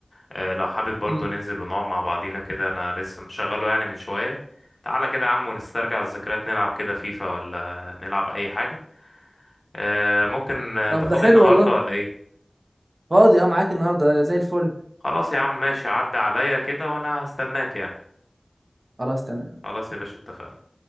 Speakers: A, on the left; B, on the right.
A: آه، لو حابب برضو
B: مم.
A: ننزل ونقعد مع بعضينا كده انا لسه مشغله يعني من شوية تعالى كده يا عم ونسترجع الذكريات نلعب كده فيفا ولا نلعب اي حاجة آه، ممكن آه،
B: طب
A: انت فاضي
B: ده حلو
A: النهاردة
B: والله
A: ولا ايه
B: فاضي اه معاك النهارده زي الفل
A: خلاص يا عم ماشي عدى عليا كده وانا هستناك يعني
B: خلاص تمام
A: خلاص يا باشا اتفقنا